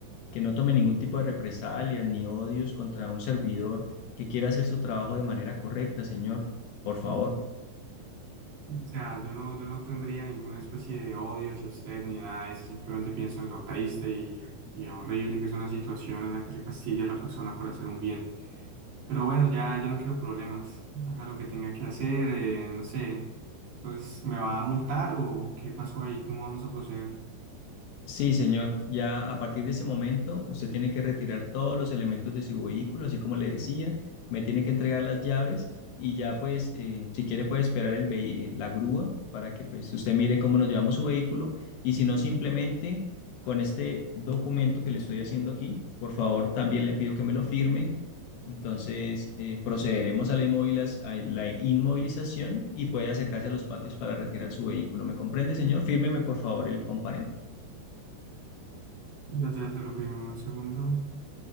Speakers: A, on the left; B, on the right.
A: que no tome ningún tipo de represalias ni odios contra un servidor que quiera hacer su trabajo de manera correcta, señor, por favor.
B: O sea, yo no, yo no tendría ninguna especie de odio hacia usted ni nada de eso. Simplemente pienso en lo triste y, y horrible que es una situación en la que se castigue a la persona por hacer un bien. Pero bueno, ya, ya no quiero problemas. Haga lo que tenga que hacer, eh, no sé. Pues, ¿me va a multar o qué pasó ahí? ¿Cómo vamos a proceder?
A: Sí, señor. Ya a partir de ese momento, usted tiene que retirar todos los elementos de su vehículo, así como le decía, me tiene que entregar las llaves y ya pues, eh, si quiere puede esperar el vehi- la grúa para que pues usted mire cómo nos llevamos su vehículo y si no, simplemente con este documento que le estoy haciendo aquí, por favor, también le pido que me lo firme. Entonces, eh, procederemos a la inmoviliz- a la inmovilización y puede acercarse a los patios para retirar su vehículo. ¿Me comprende, señor? Fírmeme, por favor, el comparendo.
B: Ya, ya se lo firmo en un segundo.